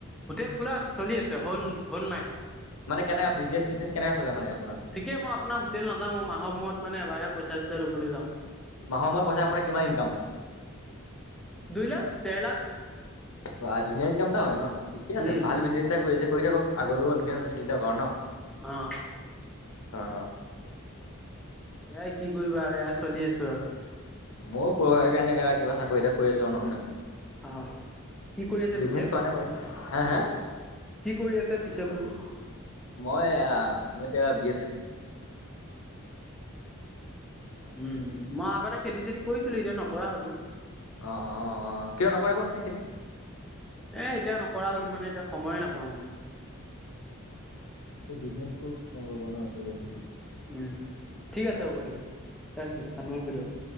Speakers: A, in the centre; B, on the left.
A: হোটেল খোলা আছে চলি আছে হোল - হোল নাইট।
B: মানে কেনেকা বিজনেছ চিজনেছ কেনেকা চলে মানে আপোনাৰ
A: ঠিকে মই আপোনাৰ হোটেল নাযাওঁ, মই মাহৰ মূৰত মানে এবাৰহে পইচা চইচা লবলৈ যাওঁ।
B: মাহৰ মূৰত পইচা আপোনাৰ কিমান ইনকাম হয়?
A: দুই লাখ ডেৰ লাখ
B: বা ধুনীয়া ইনকাম এটা হয় ন ঠিকে আছে
A: উম
B: ভাল বিজনেছ এটা কৰি আছে। কৰি থাকক আগলৈও এনেকৈ চলি থাকক আৰু ন।
A: অ'।
B: অ
A: এয়াই কি কৰিবা আৰু এয়াই চলি আছো আৰু।
B: ময়ো সৰু সাৰাকে এনেকা কিবা চাকৰি এটা কৰি আছো আৰু নৰ্মেল।
A: অ'। কি কৰি আছে
B: বিজনেছ
A: পিছে?
B: কৰা নাই বাৰু। হা হা
A: কি কৰি আছে পিছে বুলো?
B: মই আ - মই এতিয়া বি এ ছেফ।
A: উম, মই আগতে খেতি চেতি কৰিছিলো এতিয়া নকৰা হলো।
B: অ অ অ কিয় নকৰে বাৰু আপুনি খেতি?
A: এ এতিয়া নক কৰা হ'লো মানে এতিয়া সময়ে নাপাও মানে।
B: এই বিজনেছ টোত, অ ৰবা না কৰি আছো।
A: উম, ঠিক আছে হ'ব দিয়ক ৰাখিছো। হাতমাৰি শুই‌ দিয়ক।